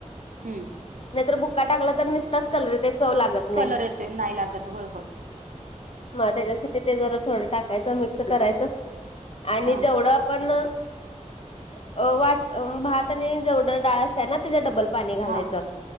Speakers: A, on the right (about 85°); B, on the left (about 45°).
A: हम्म
B: नाहीतर का टाकला तर मिस्टच कलर ते चव लागत नाही
A: कलर येते नाही लागत होय होय.
B: मग त्याच्यासाठी ते जरा थोडं टाकायचं मिक्स करायचं आणि
A: हा
B: जेवढं पण अ वाट भात आणि जेवढं डाळ असत ना त्याच्या डबल पाणी घालायचं
A: हा